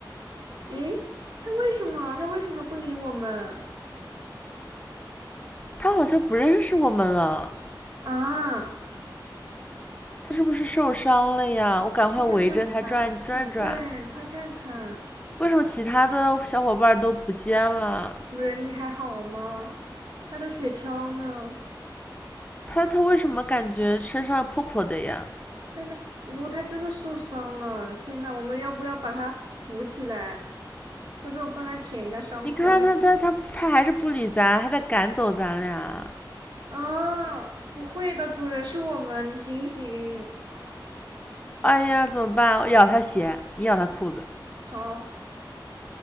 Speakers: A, on the right (about 65°); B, on the left (about 15°).
A: 哎，他为什么他为什么不理我们
B: 他好像不认识我们了，
A: 啊？
B: 他是不是受伤了呀？我赶快围着他转转转。
A: 快去看看，对，快看看，
B: 为什么其他的小伙伴都不见了？
A: 主人你还好吗？他的雪橇呢？
B: 他他为什么感觉身上破破的呀？
A: 但那哦，他真的受伤了！天呐，我们要不要把他扶起来，或者我帮他舔一下伤口？
B: 你看他他他他还是不理咱，还在赶走咱俩。
A: 啊，不会的，主人是我们，你醒醒。
B: 哎呀，怎么办？我咬他鞋，你咬他裤子，
A: 好，